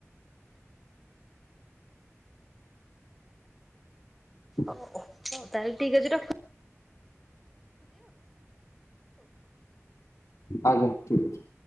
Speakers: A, on the left; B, in the centre.
A: <inaudible>
B: ଓ ଅଛ ତାହେଲେ ଠିକ୍ ଅଛି ରଖୁ
A: ଆଜ୍ଞା ଠିକ୍ ଅଛି।